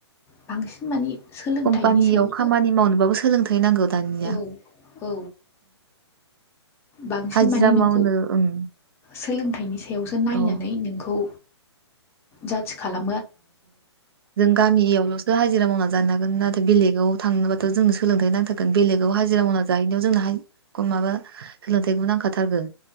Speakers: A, on the left (about 15°); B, on the right (about 55°).
A: बांसिन मानि सोलोंथाइनि
B: कम्पानियाव
A: सायावसो
B: खामानि मावनोबाबो सोलोंथाइ नांगौ दानिया
A: औ औ बांसिन
B: हाजिरा
A: मानि नोंखौ
B: मावनो ओं
A: सोलोंथाइनि सायावसो नायनानै
B: औ
A: नोंखौ जाज खालाम
B: जों गामियावल'सो हाजिरा मावना जानो हागोन ना आरो द बेलेगाव थांनोबाथ' जोंनो सोलोंथाइ नांथारोन बेलगाव
A: औ
B: हाजिरा मावना जाहैनायाव जोंनाम माबा सोलोंथाइखौ नांखाथारगौ